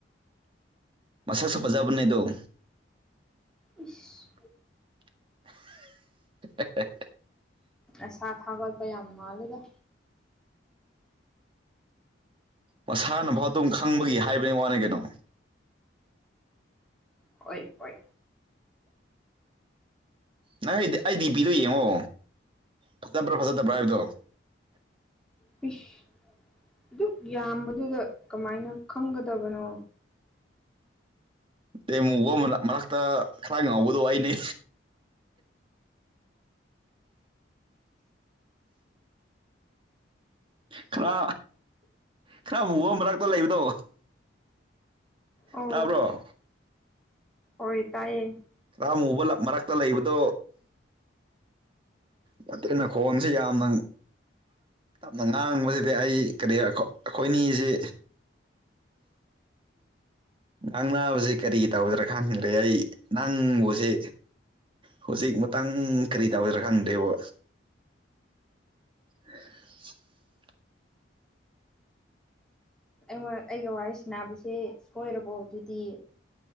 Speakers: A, on the right (about 25°); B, in the centre.
A: ꯃꯁꯥ ꯁꯄꯖꯥꯕ ꯅꯗꯣ
B: ꯏꯁꯁ
A: <inaudible>
B: ꯑꯁꯥ ꯊꯥꯒꯠꯄ ꯌꯥꯝ ꯃꯥꯜꯂꯦꯗꯣ
A: ꯃꯁꯥꯅꯐꯥꯎ ꯑꯗꯨꯝ ꯈꯪꯕꯒꯤ ꯍꯥꯏꯕꯅꯤ ꯋꯥꯅꯤ ꯀꯩꯅꯣ
B: ꯍꯣꯏ ꯍꯣꯏ
A: ꯅꯪ ꯑꯩꯗꯤ ꯑꯩ ꯗꯤ ꯄꯤꯗꯣ ꯌꯦꯡꯉꯣ ꯐꯖꯕ꯭ꯔꯥ ꯐꯖꯗꯕ꯭ꯔꯥ ꯍꯥꯏꯕꯗꯣ
B: ꯄꯤꯁ ꯑꯗꯨꯛ ꯌꯥꯝꯕꯗꯨꯗ ꯀꯃꯥꯏꯅ ꯈꯪꯒꯗꯕꯅꯣ
A: ꯇ ꯑꯃꯨꯕꯛ ꯃꯔꯛꯇ ꯈꯔ ꯉꯥꯎꯕꯗꯣ ꯑꯩꯅꯦ ꯈꯔ ꯈꯔ ꯃꯨꯕ ꯃꯔꯛꯇ ꯂꯩꯕꯗꯣ
B: ꯑꯧ
A: ꯇꯥꯕ꯭ꯔꯣ
B: ꯍꯣꯏ ꯇꯥꯏꯌꯦ
A: ꯈ ꯑꯃꯨꯕ ꯃꯔꯛꯇ ꯂꯩꯕꯗꯣ ꯅꯇꯩꯅ ꯈꯣꯟꯁꯦ ꯌꯥꯝꯅ ꯌꯥꯝꯅ ꯉꯥꯡꯕꯁꯤꯗꯤ ꯑꯩ ꯀꯔꯤ ꯑꯩꯈꯣꯏ ꯑꯅꯤꯁꯤ ꯅꯪ ꯅꯥꯕꯁꯤ ꯀꯔꯤꯒꯤ ꯇꯧꯗ꯭ꯔꯥ ꯈꯪꯗ꯭ꯔꯦ ꯑꯩ ꯅꯪꯕꯨꯁ ꯍꯧꯖꯤꯛ ꯃꯇꯥꯡ ꯀꯔꯤ ꯇꯎꯗꯔꯥ ꯈꯪꯗꯦꯕ <inaudible>
B: ꯍꯣꯢꯏ ꯑꯩꯒ ꯋꯥꯔꯤ ꯁꯁꯦ ꯁꯣꯏꯔꯕꯣ ꯑꯗꯨꯗꯤ